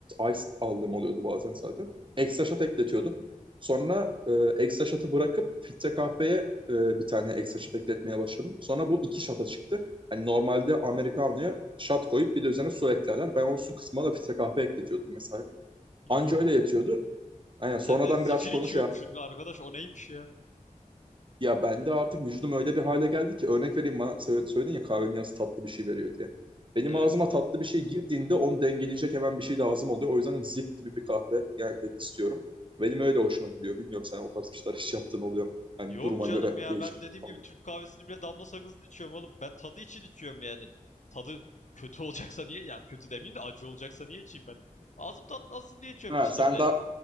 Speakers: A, on the right; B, on the left.
A: Ice aldığım oluyordu bazen zaten. Ekstra shot ekletiyordum. Sonra e, ekstra shot'ı bırakıp filtre kahveye e, bir tane ekstra shot ekletmeye başladım. Sonra bu iki shot'a çıktı. Hani normalde Americano'ya shot koyup bir de üzerine su eklerler. Ben o su kısmına da filtre kahve ekletiyordum mesela.
B: Yuh.
A: Anca öyle yetiyordu. Aynen
B: Sen
A: sonradan
B: de zifir
A: birazcık
B: içiyormuşsun
A: onu şey yaptım.
B: arkadaş o neymiş ya?
A: Ya bende artık vücudum öyle bir hale geldi ki örnek vereyim bana sö- söyledin ya kahvenin yanında tatlı bir şey veriyor diye. Benim
B: Evet.
A: ağzıma tatlı bir şey girdiğinde onu dengeleyecek hemen bir şey lazım oluyor. O yüzden zift gibi bir kahve gerçekten istiyorum. Benim öyle hoşuma gidiyor. Bilmiyorum sen o tarz bir şeyler hiç yaptığın oluyor mu? Hani
B: Yok
A: duruma
B: canım
A: göre
B: ya
A: değişiklik
B: ben dediğim
A: oldu.
B: gibi Türk kahvesini bile damla sakızlı içiyorum oğlum. Ben tadı için içiyorum yani. Tadı kötü olacaksa niye? Ya kötü demeyeyim de acı olacaksa niye içeyim ben? Ağzım tatlansın diye içiyorum
A: Ha,
B: içtiğimde.
A: sen daha